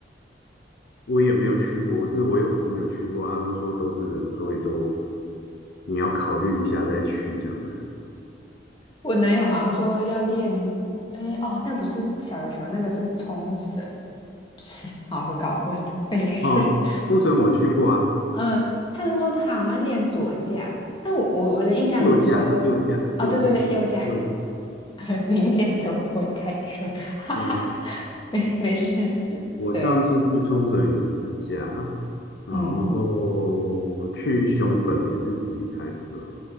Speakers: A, on the left; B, on the left.
A: 我也没有去过，是我有朋友去过，他都说都是人，所以都你要考虑一下再去这样子。
B: 我男友好像说要练，哎、哦，那不是小琉球，那个是冲绳，就是 <laughs> 好，我搞混了，没事。
A: 哦，冲绳我去过啊，
B: 嗯，他是说他好像练左架，但我我我的印象只是说，
A: 右驾右驾右驾右驾，
B: 哦，对对对，右架，<laughs> 很明显的我不会开车，<laughs> 哈哈
A: 嗯、
B: 没没事。
A: 我我上次去冲绳也是自驾，
B: 对，
A: 然后去熊本也是自己开车，
B: 嗯